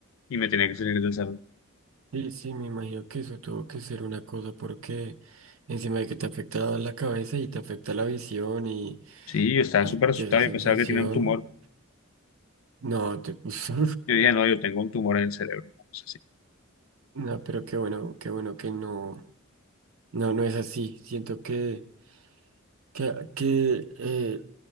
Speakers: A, on the left; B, on the right.
A: y me tenía que salir del salón.
B: sí, sí, me imagino que eso tuvo que ser una cosa porque encima de que te afecta la cabeza y te afecta la visión y,
A: Sí, yo estaba
B: y
A: súper asustado,
B: te da sensación,
A: yo pensaba que tenía un tumor.
B: no, te puso,
A: Yo dije, no, yo tengo un tumor en el cerebro, una cosa así.
B: <laughs> no, pero qué bueno, qué bueno que no, no, no es así. Siento que, que, que eh,